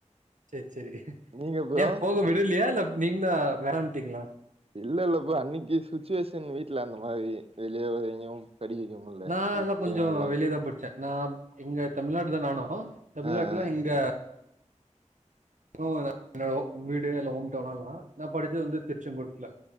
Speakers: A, on the right; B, on the right.
A: செர் சேரி
B: நீங்க ப்ரோ
A: ஏன் போக விடலயா இல்ல நீங்களா வேணான்ட்டீங்களா
B: இல்ல இல்ல ப்ரோ அன்னைக்கு சுச்சுவேஷன் வீட்ல அந்த மாரி வெளிய வேற எங்கயு படிக்க வைக்க முல்ல
A: நாலா
B: வீட்ல
A: கொஞ்சோ
B: லோக்கல்
A: வெளிய தா படிச்சே நா இங்க தமிழ்நாடு தா நானு தமிழ்நாட்ல
B: ஆ ஆ
A: இங்க ப்ரோ என்னோட வீடு எல்லா ஹோம் டவுன்ல்லா நா படிச்சது வந்து திருச்செங்கோட்டுல